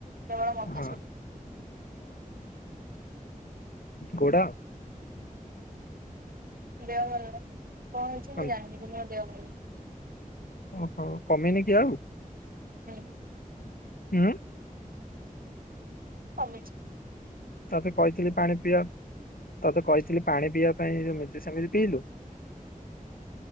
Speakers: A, on the right; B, on the left.
A: କେବଳ ମତେ
B: ହଁ
A: ଛାଡିକି।
B: କୋଡ଼ା?
A: ଦେହ ଭଲ ନାହିଁ। କଣ ହେଇଚି ମୁଁ
B: ଅଁ,
A: ଜାଣିନି ମୋ ଦେହ ଭଲ ନାଇଁ।
B: ଓହୋ କମିନି କି ଆଉ?
A: ହୁଁ।
B: ହୁଁ।
A: କମିଚି।
B: ତତେ କହିଥିଲି ପାଣି ପିଆବା ତତେ କହିଥିଲି ପାଣି ପିଇବା ପାଇଁ ଯେମିତି ସେମିତି ପିଇଲୁ।